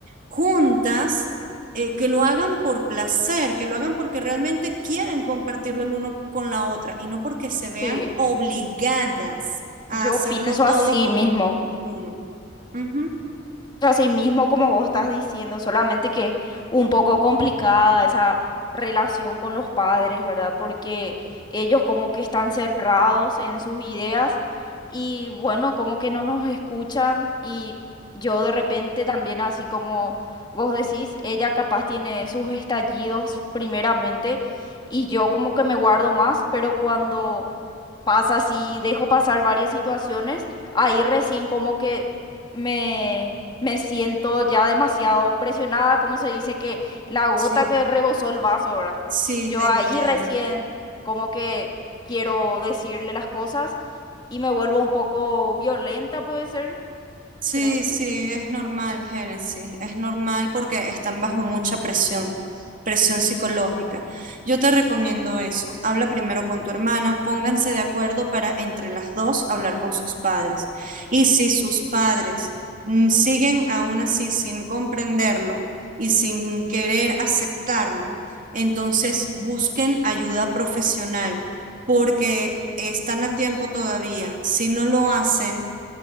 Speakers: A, on the right (about 45°); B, on the left (about 25°).
A: juntas eh, que lo hagan por placer, que lo hagan porque realmente quieren compartirlo el uno con la otra y no porque se vean
B: Sí,
A: obligadas a
B: yo
A: hacerlo
B: pienso
A: todo
B: así
A: como
B: mismo.
A: un, un uno. Uh -huh.
B: Así mismo, como vos estás diciendo, solamente que es un poco complicada esa relación con los padres, ¿verdad? Porque ellos como que están cerrados en sus ideas y bueno, como que no nos escuchan y yo de repente también, así como vos decís, ella capaz tiene sus estallidos primeramente y yo como que me guardo más, pero cuando pasa así, dejo pasar varias situaciones, ahí recién como que me, me siento ya demasiado presionada, como se dice que la gota
A: Sí,
B: que rebosó el vaso, ¿verdad?
A: sí,
B: Yo
A: te
B: ahí
A: entiendo.
B: recién como que quiero decirle las cosas y me vuelvo un poco violenta, puede ser,
A: Sí,
B: creo que.
A: sí, es normal, Génesis, es normal porque están bajo mucha presión, presión psicológica. Yo te recomiendo eso. Habla primero con tu hermana, pónganse de acuerdo para entre las dos hablar con sus padres. Y si sus padres mm, siguen aún así sin comprenderlo y sin querer aceptarlo, entonces busquen ayuda profesional porque están a tiempo todavía. Si no lo hacen